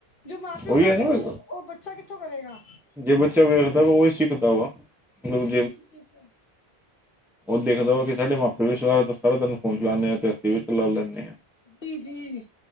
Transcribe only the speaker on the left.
ਜੋ ਮਾਂ-ਪਿਓ
ਕਾਮ
ਕੰਦੇ ਓਹ ਬੱ ਬੱਚਾ ਕਿੱਥੋਂ ਕਰੇਗਾ?
ਬਿਲਕੁਲ-ਬਿਲਕੁਲ।
ਜੀ ਜੀ